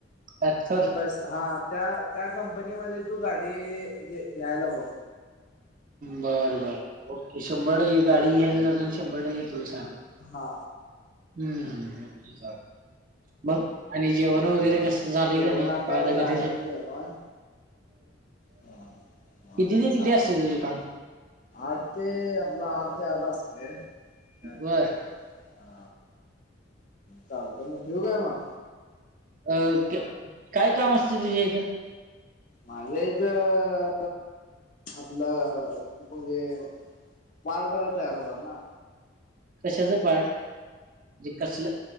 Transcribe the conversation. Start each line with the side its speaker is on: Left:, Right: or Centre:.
Right: ऍथर.
Left: बस हा त्या त्या कंपनीमध्ये तू गाडी घ्यायला बूवा.
Right: बरं बर ओके शंभर टक्के गाडी घ्यायला जातना आणि शंभर टक्के तुला सांगतो.
Left: हा.
Right: हम्म मग आणि जेवण वगैरे कस. झाले
Left: जेवण
Right: का नाही काय आता
Left: जायचं
Right: घरी जाऊन.
Left: जेवण हा हा
Right: कती ते
Left: चाल
Right: कीती असतय तझु काम.
Left: आठ ते आपला आठ ते आठ असतंय काय.
Right: बर
Left: हा चालतय मग ठेऊ काय मग.
Right: अ के काय काम असतय तुझ्या इथं.
Left: माझ्या इथं आपलं म्हणजे. पार्ट तयार होतात ना.
Right: कशाच पार्ट म्हणजे कसलं.